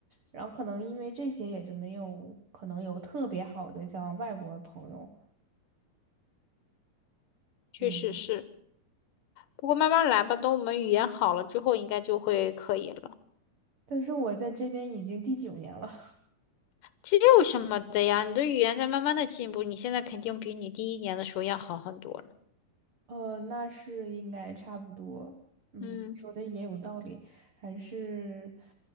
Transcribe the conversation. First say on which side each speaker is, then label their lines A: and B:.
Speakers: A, on the right (about 50°); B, on the left (about 65°).
A: 然后可能因为这些也就没有可能有特别好的像外国朋友，
B: 确实是，
A: 嗯。
B: 不过慢慢来吧，等我们语言好了之后，应该就会可以了。
A: 但是我在这边已经第九年了，
B: 这有什么的呀？你的语言在慢慢的进步，你现在肯定比你第一年的时候要好很多了。
A: <laughs> 呃，那是应该差不多。嗯，
B: 嗯。
A: 说的也有道理，还是，